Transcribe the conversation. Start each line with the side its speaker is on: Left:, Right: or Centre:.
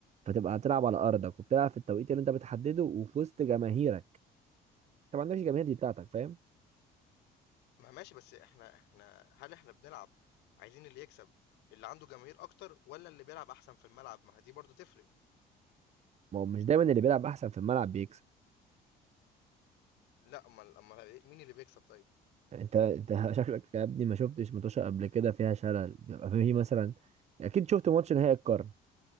Right: فتبقى هتلعب على ارضك وبتلعب في التوقيت اللي انت بتحدده وفي وسط جماهيرك طبعا ده مش الجماهير دي بتاعتك فاهم
Left: ما ماشي بس إحنا إحنا هل إحنا بنلعب عايزين اللي يكسب اللي عنده جماهير أكتر والّا اللي بيلعب أحسن في الملعب؟ ما هي دي برضه تفرق.
Right: ما هو مش دايما اللي بيلعب احسن في الملعب بيكسب
Left: لأ، أمّال أمّال إيه مين اللي بيكسب طيب؟
Right: انت انت <laughs> شكلك يا ابني ما شفتش متوشة قبل كده فيها شلل بيبقى فيه مثلا اكيد شفت ماتش نهائي القرن